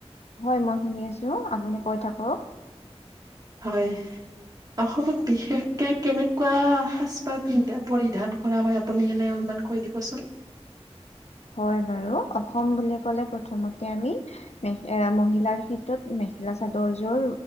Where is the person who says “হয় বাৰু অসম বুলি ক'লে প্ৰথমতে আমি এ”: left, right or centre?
Left